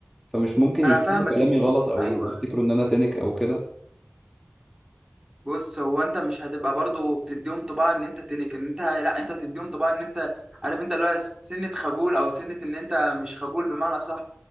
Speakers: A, in the centre; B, on the right.
A: فمش ممكن
B: انا
A: يفهموا
B: فاهمك
A: كلامي
B: إن-
A: غلط او
B: ايوه
A: ان يفتكروا ان انا تنك او كده
B: بص هو انت مش هتبقى برضو بتديهم طباع ان انت تنك ان انت لا انت هتديهم طباع ان انت عارف انت اللي هو سنه خجول او سنه ان انت مش خجول بمعنى صح